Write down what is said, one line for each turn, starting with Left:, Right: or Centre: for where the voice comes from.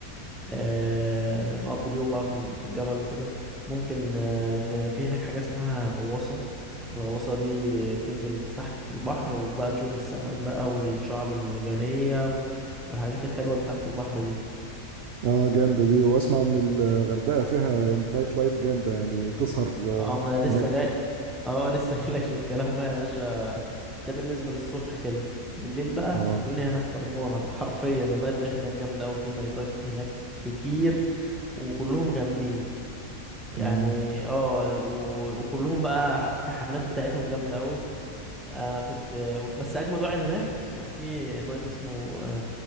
Centre: آه، نقضي اليوم بقى في في الجبل وكده ممكن آه، ن- في هناك حاجة اسمها غواصة الغواصة دي بتنزل تحت في البحر وبقى تشوف السمك بقى والشعب المرجانية و- والحاجات الحلوة اللي تحت البحر دي
Right: اه جامدة دي واسمع ان الغردقة فيها نايت لايف جامدة يعني تسهر آه،
Centre: اه ما انا
Right: هناك
Centre: لسه جاي <laughs> اه لسه جايلك في الكلام بقى يا باشا ده بالنسبة للصبح كده بالليل بقى
Right: اه
Centre: الدنيا هناك خربانة <laughs> حرفيا النايت لايف هناك جامدة أوي في نايتات هناك كتير وكلهم جامدين يعني
Right: امم
Centre: اه و- وكلهم بقى حف- الحفلات بتاعتهم جامدة قوي انا كنت بس اجمد واحد هناك في نايت اسمه